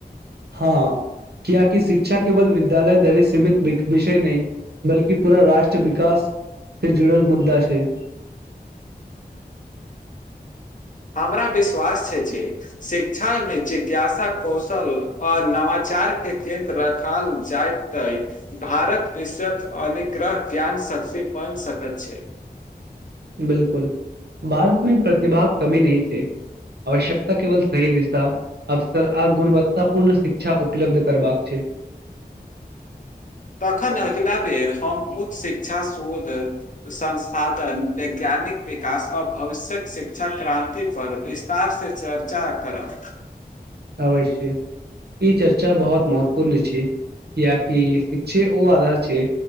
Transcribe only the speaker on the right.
हँ कियाकि शिक्षा केवल विद्यालय धरि सीमित विषय नहि बल्कि पूरा राष्ट्र विकास से जुड़ल मुद्दा छै।
बिलकुल, भारतमे प्रतिभाक कमी नहि छै। आवश्यकता केवल सही दिशा अवसर आ गुणवत्ता पूर्ण शिक्षा उपलब्ध करबाक छै।
अवश्य, ई चर्चा बहुत महत्वपूर्ण छै। कियाकि शिक्षे ओ आधार छै